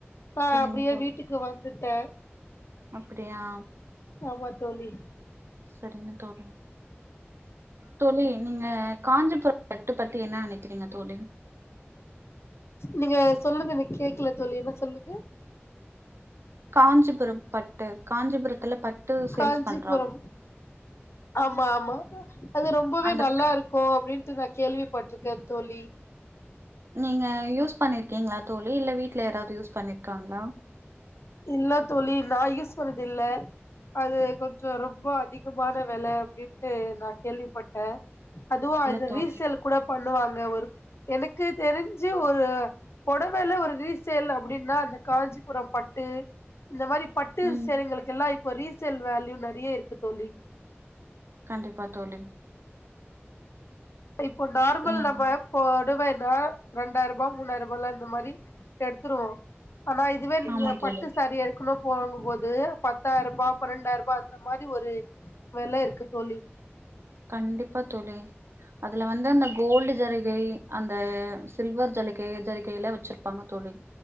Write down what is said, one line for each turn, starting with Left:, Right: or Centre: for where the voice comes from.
Left: ப்பா
Right: சரிங்க
Left: அப்டியே
Right: தோழி
Left: வீட்டுக்கு வந் த
Right: அப்டியா
Left: ஆமா தோழி
Right: சரிங்க தோழி தோழி நீங்க காஞ்சிபுரம் பட்டு பத்தி என்னா நெனைக்கிறீங்க தோழி
Left: நீங்க சொல்லுங்க எனக் கேக்கல தோழி என்ன சொல்லுங்க
Right: காஞ்சிபுரம் பட்டு காஞ்சிபுரத்துல பட் ட்டு சேல்ஸ்
Left: காஞ்சிபுரம்
Right: பண்றாங்க
Left: ஆமா ஆமா அது ரொம்பவே
Right: அந்த
Left: நல்லா இருக்கோ அப்டின் நா கேள்விப்பட்டிருக்கே தோழி
Right: நீங்க யூஸ் பண்ணிருக்கீங்களா தோழி இல்ல வீட்டுல யாராவது யூஸ் பண்ணிர்காங்ளா
Left: இல்ல தோழி நா யூஸ் பண்ணதில்ல அது கொஞ்சோ ரொம்ப அதிகமான வெல அப்டின்ட்டு நா கேள்விப்பட்டே அதுவு
Right: இல்ல
Left: அத
Right: தோழி
Left: ரீசேல் கூட பண் பண்ணுவாங்க ஒர் எனக்கு தெரிஞ்சு ஒரு பொடவேல ஒரு ரீசேல் அப்டின்னா அந்த காஞ்சிபுரோ பட் ட்டு இந்த மாரி பட்டு
Right: ம்
Left: சேலைங்களுக் எல்லா இப் இப்போ ரீசேல் வால்யூ நறிய இருக்கு தோழி
Right: கண்டிப்பா தோலி
Left: இப்போ நார்மல்
Right: ம்
Left: நம்ம போடவே எ <unintelligible> ரெண்டாய்ருபா மூணாயிருபாலா இந்த மாரி எடுத்துருவோ ஆனா இதுவே நீங்க
Right: ஆமா தோழி
Left: பட்டு சாரி எடுக்கணு போகும்போது பத்தாய்ருபா பன்னெண்டாய்ருபா அந்த மாரி ஒரு வெல இருக்கு தோழி
Right: கண்டிப்பா தோழிஅதுல வந்தந்த கோல்டு ஜரிகை அந்த சில்வர் ஜலி கே ஜர்க்கையில வெச்ருப்பாங்க தோழி